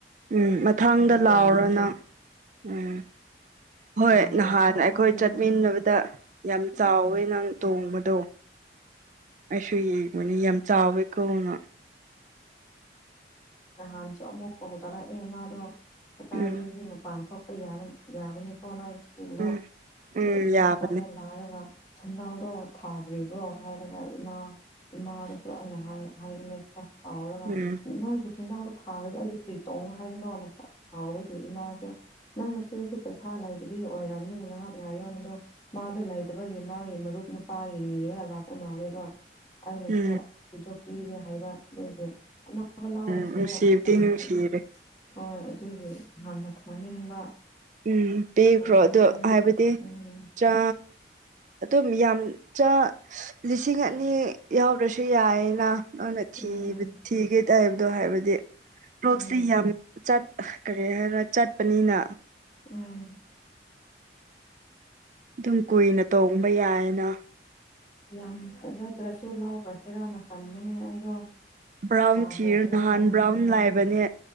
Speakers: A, on the right (about 40°); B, on the left (about 20°).
A: ꯎꯝ ꯃꯊꯪꯗ ꯂꯥꯎꯔꯣ
B: ꯇꯣꯡꯕꯅꯦ
A: ꯅꯪ ꯎꯝ ꯍꯣꯏ
B: ꯊꯥꯈ꯭ꯔꯁꯤꯔꯥ
A: ꯅꯍꯥꯟ ꯑꯩꯈꯣꯏ
B: ꯈꯟꯕꯅꯦ
A: ꯆꯠꯃꯤꯟꯅꯕꯗ ꯌꯥꯝ ꯆꯥꯎꯋꯦ
B: ꯎꯝ
A: ꯅꯪ ꯇꯣꯡꯕꯗꯣ ꯑꯩꯁꯨ ꯌꯦꯡꯕꯅꯤ ꯌꯥꯝ ꯆꯥꯎꯋꯦꯀꯣꯅ
B: ꯅꯍꯥꯟꯁꯨ ꯑꯃꯨꯛ ꯀꯣꯜ ꯇꯧꯔꯛꯑꯦ ꯃꯥꯗꯣ ꯁꯇꯥꯔꯗꯦꯒꯤ
A: ꯎꯝ
B: ꯃꯄꯥꯟ ꯊꯣꯛꯄ ꯌꯥꯔꯣꯏ ꯌꯥꯕꯅꯤꯀꯣ ꯅꯣꯏ ꯁ꯭ꯀꯨꯜꯗꯣ
A: ꯎꯝ ꯎꯝ
B: ꯂꯤꯛ ꯃꯥ
A: ꯌꯥꯕꯅꯤ
B: ꯍꯣꯏ ꯂꯥꯔꯒ <unintelligible> ꯊꯥꯗ꯭ꯔꯤꯕ꯭ꯔꯣ ꯍꯥꯏꯔꯒ ꯏꯃꯥ ꯏꯃꯥꯗꯁꯨ ꯑꯩꯅ ꯍꯥꯏ ꯍꯥꯏꯕꯅꯦ ꯈꯔ ꯈꯥꯎꯔꯒ
A: ꯎꯝ
B: <unintelligible> ꯍꯣꯡꯅꯥꯎꯗꯣ ꯊꯥꯔꯒ ꯑꯩꯕꯨ ꯀꯔꯤ ꯇꯣꯡꯉꯣ ꯍꯥꯏꯕꯅꯣꯅ <unintelligible> ꯏꯃꯥꯥꯁꯦ ꯅꯪꯅꯆꯦꯁꯨ ꯄꯩꯁꯥ ꯂꯩꯇꯕꯒꯤ ꯑꯣꯏꯔꯝꯅꯤ ꯉꯥꯏꯍꯥꯛ ꯉꯥꯏꯌꯣꯟ ꯑꯗꯣ ꯃꯥꯗꯨ ꯂꯩꯇꯕꯒꯤ ꯃꯥꯒꯤ ꯃꯔꯨꯞ ꯅꯨꯄꯥꯒꯤ ꯅꯤꯔꯒ ꯂꯥꯛꯄ ꯃꯥꯜꯂꯦꯕ ꯑꯩꯁꯨ
A: ꯎꯝ
B: ꯍꯦꯛꯇ ꯄꯤꯒꯦ ꯍꯥꯏꯕ ꯂꯩꯒꯦ ꯑꯅꯥꯕ ꯂꯥꯎꯔꯁꯨ
A: ꯎꯝ ꯅꯨꯡꯁꯤꯕꯗꯤ
B: ꯑꯣ ꯑꯁꯤ
A: ꯅꯨꯡꯁꯤꯔꯦ
B: ꯍꯣꯏ ꯑꯗꯨꯒꯤ ꯌꯥꯝꯅ ꯊꯥꯅꯤꯡꯕ
A: ꯎꯝ ꯄꯤꯈ꯭ꯔꯣ
B: ꯇꯧꯅꯤꯡꯕꯅꯦ
A: ꯑꯗꯨ ꯍꯥꯏꯕꯗꯤ
B: ꯎꯝ
A: ꯆꯥ ꯑꯗꯨꯝ ꯌꯥꯝ ꯆꯥ ꯂꯤꯁꯤꯡ ꯑꯅꯤ ꯌꯥꯎꯗ꯭ꯔꯁꯨ ꯌꯥꯏꯅ ꯅꯪꯅ ꯊꯤꯕ
B: ꯎꯝ
A: ꯊꯤꯒꯦ ꯇꯥꯏꯕꯗꯣ ꯍꯥꯏꯕꯗꯤ ꯀꯔꯣꯛꯁꯇꯤ
B: ꯎꯝ
A: ꯌꯥꯝ ꯆꯠ ꯀꯔꯤ ꯍꯥꯏꯔ ꯆꯠꯄꯅꯤꯅ
B: ꯎꯝ
A: ꯑꯗꯨꯝ ꯀꯨꯏꯅ ꯇꯣꯡꯕ ꯌꯥꯏꯅ
B: ꯌꯥꯝ ꯐꯖꯗ꯭ꯔꯁꯨ ꯂꯥꯎꯈ꯭ꯔꯁꯤꯔꯅ ꯈꯟꯕꯅꯦ ꯑꯩꯗꯣ
A: ꯕ꯭ꯔꯥꯎꯟ
B: ꯊꯥꯈ꯭ꯔꯁꯤꯔꯥꯅ
A: ꯊꯤꯌꯨ ꯅꯍꯥꯟ
B: ꯃꯥꯒꯤꯗꯣ
A: ꯕ꯭ꯔꯥꯎꯟ ꯂꯥꯏꯕꯅꯤ